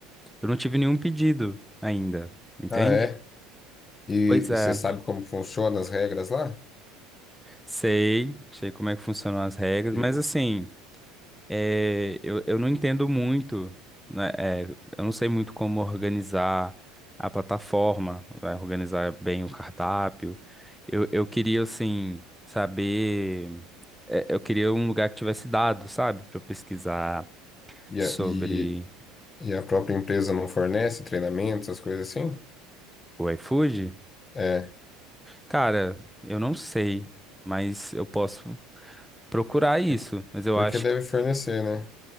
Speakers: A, in the centre; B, on the left (about 25°).
A: eu não tive nenhum pedido ainda, entende?
B: Ah, é? E,
A: Pois é.
B: e você sabe como que funciona as regras lá?
A: Sei, sei como é que funcionam as regras,
B: Tipo,
A: mas assim, é, eu, eu não entendo muito, né, é, eu não sei muito como organizar a plataforma, vai organizar bem o cardápio. Eu, eu queria, assim, saber. é, eu queria um lugar que tivesse dados, sabe, para eu pesquisar
B: E
A: sobre
B: a, e, e a própria empresa não fornece treinamentos, as coisas assim?
A: o iFood.
B: É,
A: Cara, eu não sei, mas eu posso procurar isso,
B: por-
A: mas eu
B: porque
A: acho.
B: deve fornecer, né?